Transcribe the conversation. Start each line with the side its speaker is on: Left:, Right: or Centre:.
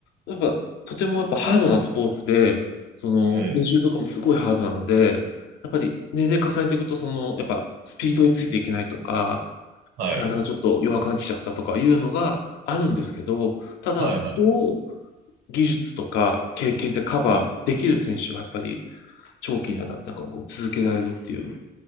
Left: やっぱとてもやっぱハードなスポーツで、その、
Right: うん。
Left: 練習とかもすごいハードなので、やっぱり年齢重ねていくと、その、やっぱスピードについていけないとか、
Right: はい。
Left: 体がちょっと弱くなってきちゃったとかいうのがあるんですけど、ただ、
Right: はいはい。
Left: そこを技術とか経験でカバーできる選手がやっぱり
Right: はい。
Left: 長期にわたってなんかこう続けられるっていう、